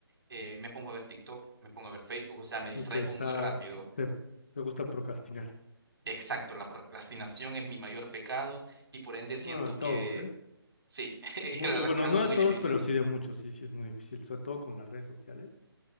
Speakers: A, on the right; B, on the left.
A: eh, me pongo a ver TikTok, me pongo a ver Facebook, o sea, me distraigo
B: Ok, o sea,
A: muy rápido.
B: te, te gusta procrastinar.
A: Exacto, la procrastinación es mi mayor pecado y por ende siento
B: Bueno, de todos,
A: que
B: ¿eh?
A: sí, <laughs> que
B: Muchos,
A: la verdad
B: bueno,
A: que es algo
B: no de
A: muy
B: todos,
A: difícil.
B: pero sí de muchos. Sí, sí es muy difícil, sobre todo con las redes sociales.